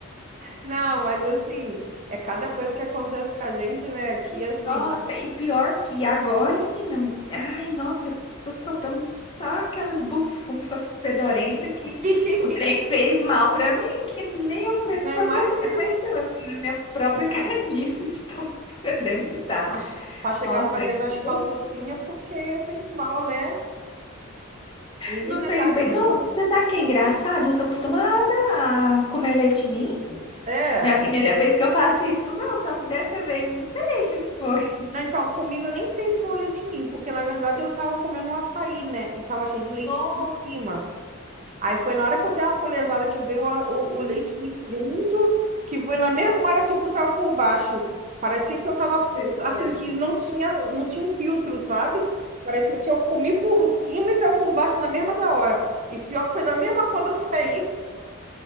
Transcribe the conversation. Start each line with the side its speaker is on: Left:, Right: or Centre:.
Right: Não, mas assim, é cada coisa que acontece com a gente, né? Aqui, assim,
Left: Nossa, e pior que agora, menina, ai, nossa, eu tô soltando só aquelas bufunfas fedorentas que
Right: <laughs>
Left: o trem fez mal pra mim, que nem eu mesmo
Right: não
Left: tô
Right: imagino.
Left: aguen- aguentando, né? minha própria <laughs> carniça de tão fedendo que tá.
Right: Mas pra chegar
Left: Nossa,
Right: fazendo
Left: trem
Right: as calças
Left: feio.
Right: assim é porque fez mal, né? A menina
Left: Não fez
Right: tá.
Left: bem. Não, você sabe que é engraçado? Eu sou acostumada a comer leite ninho.
Right: É.
Left: Não é a primeira vez que eu faço isso, não. Só que dessa vez, eu não sei o que que foi.
Right: Não, então, comigo eu nem sei se foi o leite ninho, porque na verdade eu tava comendo um açaí, né? E tava cheio de leite
Left: Nossa,
Right: em cima. Aí foi na hora que eu dei uma colesada que veio a- o, o leite ninho junto, que foi na mesma hora, tipo, saiu por baixo. Parecia que eu tava, com-
Left: misericórdia.
Right: assim, que não tinha, não tinha um filtro, sabe? Parecia que eu comi por cima e saiu por baixo na mesma da hora. E pior que foi da mesma quando eu saí.